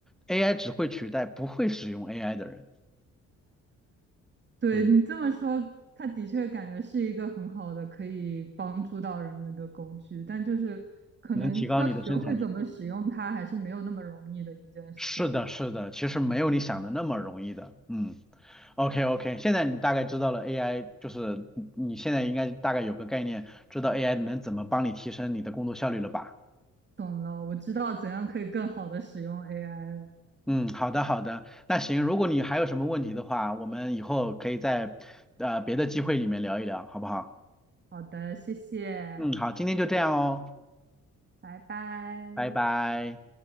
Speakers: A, in the centre; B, on the right.
A: ，AI 只会取代不会使用 AI 的人，
B: 对你这么说，
A: 嗯，
B: 它的确感觉是一个很好的可以帮助到人们的工具，但就是可能要学会怎么使用它，
A: 能提高你的生产力。
B: 还是没有那么容易的一件事。
A: 是的，是的，其实没有你想的那么容易的，嗯。OK OK，现在你大概知道了 AI，就是你现在应该大概有个概念，知道 AI 能怎么帮你提升你的工作效率了吧？
B: 懂了，我知道怎样可以更好的使用 AI 了。
A: 嗯，好的好的，那行，如果你还有什么问题的话，我们以后可以在呃别的机会里面聊一聊，好不好？
B: 好的，谢谢，
A: 嗯，好，今天就这样哦，
B: 拜拜。
A: 拜拜。